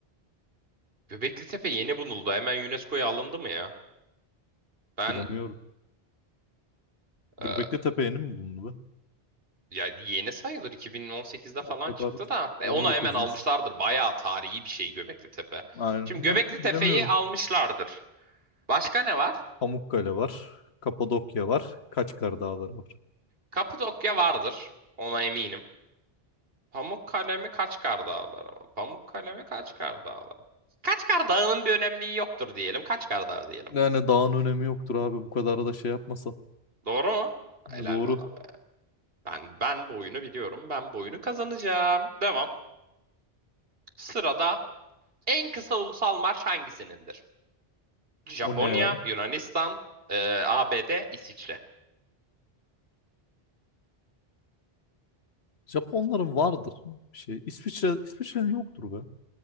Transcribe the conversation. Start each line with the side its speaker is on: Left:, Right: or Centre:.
Right: Göbekli Tepe yeni bulundu. Hemen UNESCO'ya alındı mı ya? Ben
Left: Bilemiyorum. Göbeklitepe
Right: e,
Left: yeni mi bulundu be?
Right: Ya yeni sayılır 2018'de falan
Left: O kadar
Right: çıktı da
Left: On
Right: e, onu
Left: dokuzmuş.
Right: hemen almışlardır. Bayağı tarihi bir şey Göbekli Tepe.
Left: Aynen.
Right: Şimdi Göbekli
Left: Bilemiyorum.
Right: Tepe'yi almışlardır. Başka ne var?
Left: Pamukkale var. Kapadokya var. Kaçkar Dağları var.
Right: Kapadokya vardır. Ona eminim. Pamukkale mi Kaçkar Dağları mı? Pamukkale mi Kaçkar Dağları? Kaçkar Dağı'nın bir önemliği yoktur diyelim. Kaçkar Dağı diyelim.
Left: Yani dağın önemi yoktur abi bu kadar da şey yapmasa
Right: Doğru mu?
Left: Ne
Right: Helal
Left: doğru.
Right: bana be. Ben ben bu oyunu biliyorum. Ben bu oyunu kazanacağım. Devam. Sırada en kısa ulusal marş hangisinindir? Japonya,
Left: O ne ya?
Right: Yunanistan, e, ABD, İsviçre.
Left: Japonların vardır bir şey. İsviçre İsviçre'nin yoktur be.